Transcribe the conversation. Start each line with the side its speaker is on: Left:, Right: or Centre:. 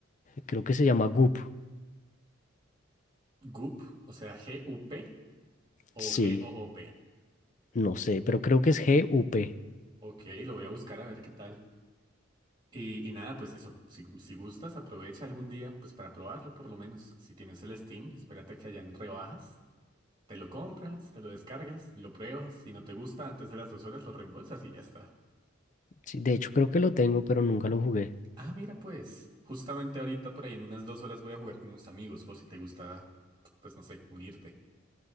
Left: Creo que se llama Goop.
Right: Goop, o sea, G-U-P o
Left: Sí,
Right: G-O-O-P.
Left: no sé, pero creo que es G-U-P.
Right: Ok, lo voy a buscar a ver qué tal. Y, y nada, pues eso, si, gu- si gustas, aprovecha algún día, pues para probarlo por lo menos. Si tienes el Steam, espérate a que hayan rebajas, te lo compras, te lo descargas, lo pruebas. Si no te gusta, antes de las dos horas lo reembolsas y ya está.
Left: Sí, de hecho, creo que lo tengo, pero nunca lo jugué.
Right: Ah, mira, pues, justamente ahorita por ahí en unas dos horas voy a jugar con unos amigos, por si te gusta, pues no sé, unirte.